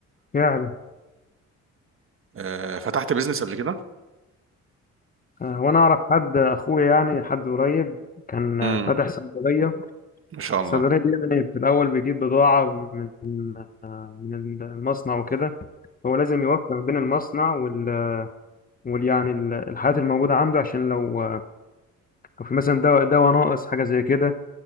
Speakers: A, on the left (about 30°); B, on the right (about 45°).
A: فعلا
B: آه، فتحت بيزنس قبل كده؟
A: آه، وانا اعرف حد اخويا يعني حد قريب كان
B: امم
A: آه، فاتح صيدليه
B: ما شاء الله
A: الصيدليه دي يعني في الاول بيجيب بضاعه من آه، من المصنع وكده هو لازم يوفق بين المصنع وال, وال يعني ال- الحالات الموجودة عنده عشان لو لو في مثلا دواء دواء ناقص حاجة زي كده